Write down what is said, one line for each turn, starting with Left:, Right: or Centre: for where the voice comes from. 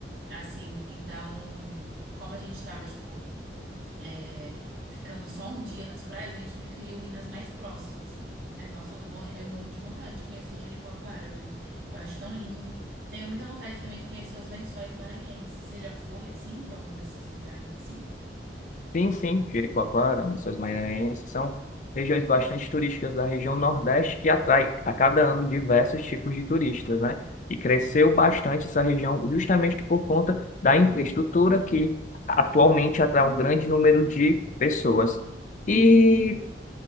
Right: assim. Então, como a gente tava, tipo é, ficando só um dia nas praias, a gente preferiu ir nas mais próximas. Mas, nossa, eu, tô morre- eu morro de vontade de conhecer Jericoacoara, viu? Eu acho tão lindo. Tenho muita vontade também de conhecer os Lençóis Maranhenses. Você já foi, assim, pra algum desses lugares, assim?
Left: Sim, sim, Jericoacoara, Lençóis Maranhenses, são regiões bastante turísticas da região Nordeste que atrai a cada ano diversos tipos de turistas, né? E cresceu bastante essa região justamente por conta da infraestrutura que atualmente atrai um grande número de pessoas. E